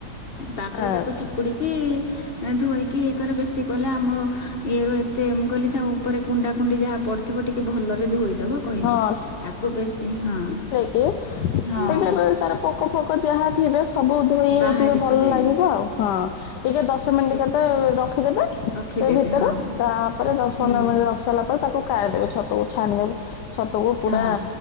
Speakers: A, on the left; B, on the left.
A: ତାପରେ
B: ହଁ।
A: ତାକୁ ଚିପୁଡିକି ଧୋଇକି ଇ କର ବେଶୀ କଲେ ଆମ ଇଏ ର ଏତେ ମୁଁ କଇଲି ଥାଉ ଉପରେ କୁଣ୍ଡା କୁଣ୍ଡି ଯାହା ପଡିଥିବ ଟିକେ ଭଲରେ ଧୋଇ ଦେବ କହିଲେ
B: ହଁ
A: ତାକୁ ବେଶୀ ହଁ
B: ତୁ <unintelligible>
A: ହଁ
B: ବେଳେ ତାର ପୋକ ଫୋକ ଯାହା ଥିବେ ସବୁ ଧୋଇ
A: ବାହାରି
B: ହେଇଯିବେ ଭଲ
A: ଯିବେ
B: ଲାଗିବ ଆଉ। ହଁ ଟିକେ ଦଶ ମିନିଟ
A: ସେ
B: କେତେ ରଖିଦେବେ
A: ରଖିଦେବେ
B: ସେ ଭିତରେ
A: ହଁ
B: ତା ପରେ ଦଶ
A: ହୁଁ
B: ପନ୍ଦର ମିନିଟ୍ ରଖି ସାରିଲା ପରେ ତାକୁ କାରି ଦେବେ ଛ ଛତକୁ ଛାଣିିଦେବି ଛତୁକୁ ପୁରା
A: ହଁ